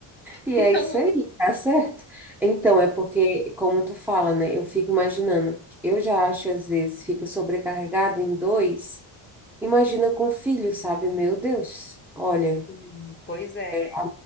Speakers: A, on the left (about 20°); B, in the centre.
A: <laughs>
B: E
A: Eu
B: é isso aí, tá certo? Então, é porque, como tu fala, né? Eu fico imaginando. Eu já acho, às vezes, fica sobrecarregado em dois. Imagina com filho, sabe? Meu Deus. Olha,
A: não- Pois é, né?
B: a,